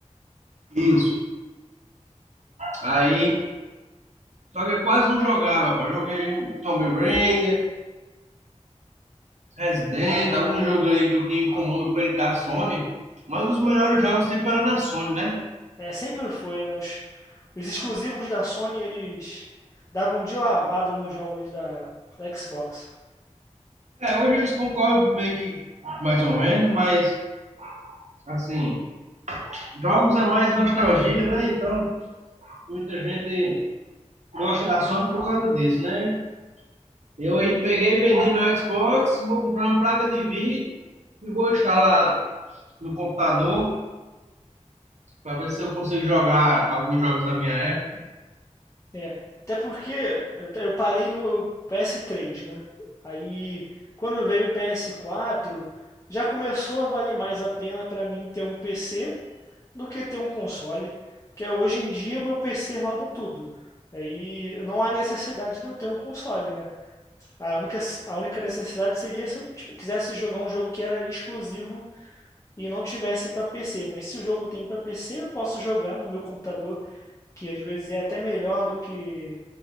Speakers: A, on the right; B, on the left.
A: Isso. Aí, só que eu quase não jogava, pô. Joguei o Tomb Raider, Resident, algum jogo aí que tinha em comum no play da Sony. Mas os melhores jogos sempre eram na Sony, né?
B: É, sempre foi, né? Os, os exclusivos da Sony, eles davam de lavada nos jogos da, da Xbox.
A: É, hoje eles concorrem meio que mais ou menos, mas assim, jogos é mais nostalgia, né? Então, muita gente gosta da Sony por causa disso, né? Eu aí peguei e vendi meu Xbox, vou comprar uma placa de vídeo e vou instalar no computador para ver se eu consigo jogar alguns jogos da minha época.
B: É, até porque eu parei no PS3, né? Aí, quando veio o PS4, já começou a valer mais a pena para mim ter um PC do que ter um console, porque hoje em dia meu PC roda tudo. Aí não há necessidade de eu ter um console, né? A única, a única necessidade seria se eu tipo, quisesse jogar um jogo que era exclusivo e não tivesse pra PC. Mas se o jogo tem pra PC, eu posso jogar no meu computador, que às vezes é até melhor do que